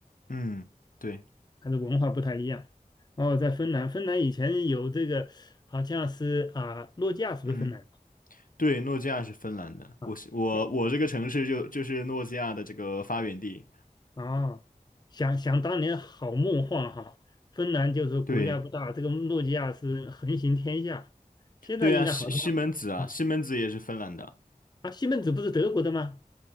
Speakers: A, on the left; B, on the left.
A: 嗯，对，
B: 它的文化不太一样。然后在芬兰，芬兰以前有这个好像是啊，诺基亚是不是芬兰的
A: 嗯。对，诺基亚是芬兰的，
B: 啊？
A: 我是我我这个城市就就是诺基亚的这个发源地。
B: 哎啊，想想当年好梦幻哈，芬兰就是国家不大，
A: 对
B: 这个诺基亚是横行天下，现在应该好像
A: 对啊，西西门子啊，
B: 啊
A: 西门子也是芬兰的，
B: 啊，西门子不是德国的吗？